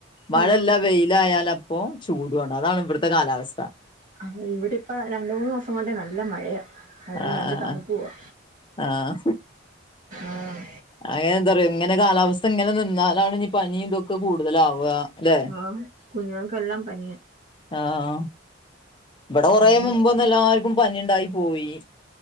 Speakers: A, on the left; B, on the right.
A: മഴ
B: ആഹ്
A: ഇല്ലാ വെയിലായാലപ്പോ ചൂടാണ് അതാണ് ഇബട്ത്തെ കാലാവസ്ഥ
B: ആഹ് ഇവിടെപ്പ രണ്ട് മൂന്നോസം കൊണ്ട് നല്ല മഴയാ അതോണ്ട്
A: ആഹ്
B: നല്ല
A: ആഹ്
B: തണുപ്പോവാ
A: ആഹ്
B: ആഹ്
A: അങ്ങനെ എന്താ പറയാ ഇങ്ങനെ കാലാവസ്ഥ ഇങ്ങനെ നിന്നാലാണ് ഇനി പനി ഇതൊക്കെ കൂടുതലാവ അല്ലേ?
B: ആഹ് കുഞ്ഞുങ്ങക്കെല്ലാം പനിയ
A: ആഹ് ഇവടെ കൊറേ
B: പനിയും
A: മുമ്പൊന്ന് എല്ലാവർക്കും പനിണ്ടായി പോയി.